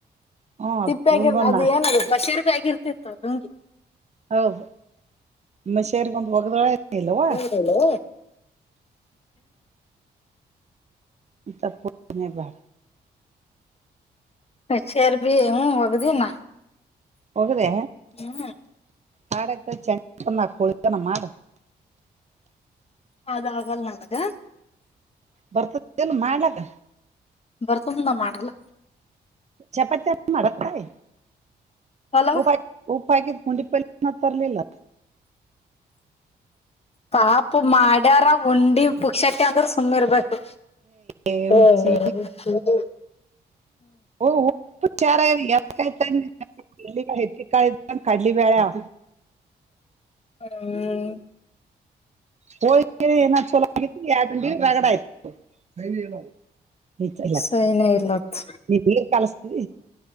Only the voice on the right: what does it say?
ಹ್ಮ್
ಲಿಂಗೊಂದ
ಹೌದಷರಿ ಒಂದು ಒಗ್ದಳೆ ನ ಇಲ್ವಾ
ಇತ್ತ ಪೂ ಬ
ಹೋಗ್ರೆ
ಹಾಡೈ್ತ ಚೆಳನ ಮಾಡ
ಬರ್ತದ ಎಲ್ ಮಾಡ್ಲಕ್ಕ
ಚಪಾತಿಪ ಮಾಡಾರೆ
ಉಊಪ ಉಪ್ಪ ಹಾಕಿದತ್ ಮುಂಡಿ ಪಲ್ಲಿಯನ ತರಲಿಲ್ಲ
ಏ
ಹುಚ್ಚಿ ಓ ಚಾರ ಯಾಯ್ತ <inaudible> ಇ ಹೆಚ್ಚಿ ಕಾಳ ಕಡ್ಲಿ ಬ್ಯಾಳೆ <inaudible>
ಹೋ <unintelligible> ಏನ್ ಚಲ ಆಗ ಎಡುಂಡ ರಗಡ ಆಯ್ತು <unintelligible> <unintelligible> <inaudible> ಈ ಇಲ್ಲ
ನೀಗ ಕಲಸ್ತ